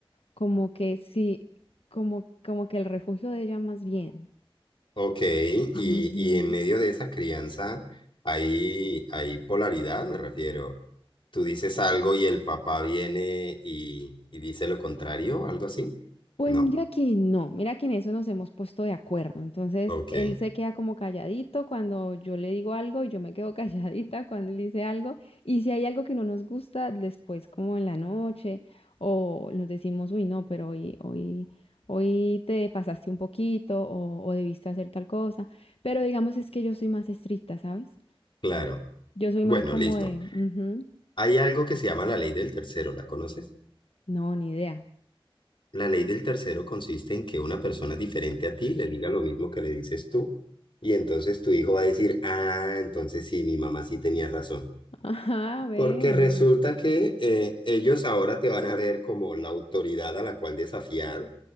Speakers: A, on the left; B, on the left.
A: como que sí, como, como que el refugio de ella más bien.
B: Ok, y,
A: Ujú.
B: y en medio de esa crianza hay, hay polaridad, me refiero. Tú dices algo y el papá viene y, y dice lo contrario, algo así.
A: Pues
B: No,
A: mira que no, mira que en eso nos hemos puesto de acuerdo. Entonces,
B: ok,
A: él se queda como calladito cuando yo le digo algo y yo me quedo <laughs> calladita cuando él dice algo. Y si hay algo que no nos gusta, después como en la noche o nos decimos, uy, no, pero hoy, hoy, hoy te pasaste un poquito o, o debiste hacer tal cosa. Pero digamos es que yo soy más estricta, ¿sabes?
B: claro.
A: Yo soy
B: Bueno,
A: más como
B: listo.
A: de, "Ujú,
B: Hay algo que se llama la ley del tercero, ¿la conoces?
A: no, ni idea.
B: La ley del tercero consiste en que una persona diferente a ti le diga lo mismo que le dices tú y entonces tu hijo va a decir, ah, entonces sí, mi mamá sí tenía razón.
A: <laughs> Ajá, ve.
B: Porque resulta que eh, ellos ahora te van a ver como la autoridad a la cual desafiar